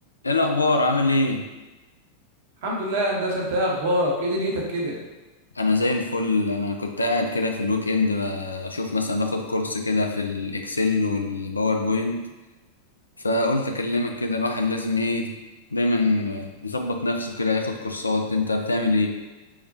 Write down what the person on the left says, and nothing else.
ايه الاخبار عامل ايه
انا زي الفل انا كنت قاعد كده في الويك اند اشوف مثلا باخد كورس كده في الاكسل والباوربوينت فقلت اكلمك كده الواحد لازم ايه دايما يظبط نفسه كده ياخد كورسات انت بتعمل ايه